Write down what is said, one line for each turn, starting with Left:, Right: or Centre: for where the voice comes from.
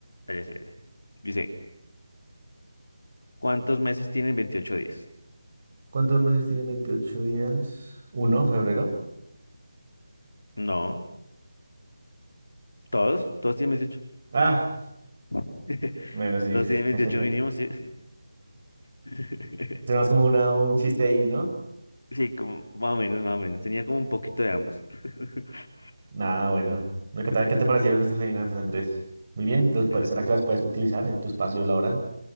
Left: ah, ya sé, ya sé. Dice, ¿cuántos meses tienen veintiocho días?
Right: ¿Cuántos meses tienen 28 días? Uno, febrero.
Left: No, todos, todos tienen veintiocho
Right: Ah,
Left: <laughs>
Right: bueno, sí.
Left: Todos tienen 28
Right: <laughs>
Left: mínimo, sí. <laughs>
Right: Se más como una, un chiste ahí, ¿no?
Left: Sí, como, más o menos, más o menos. Tenía como un poquito de ambos. <laughs>
Right: Nada, bueno. ¿Qué tal? ¿Qué te parecieron estas adivinanzas, Andrés? Muy bien. ¿Los puedes-
Left: Pero
Right: ¿Será que las puedes utilizar en tu espacio laboral?